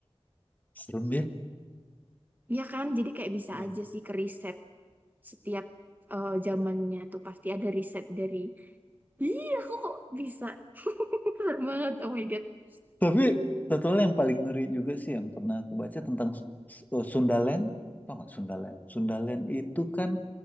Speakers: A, on the left; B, on the right.
A: Serem ya.
B: ya kan jadi kayak bisa
A: Iya.
B: aja sih ke riset setiap eh, zamannya tuh pasti ada riset dari Iya, aku kok bisa. <laughs> Keren banget, oh my God.
A: Tapi
B: Hmm,
A: satu hal yang paling ngeri juga sih yang pernah aku baca tentang S- S- eh, Sundaland. Tau nggak Sundaland? Sundaland itu kan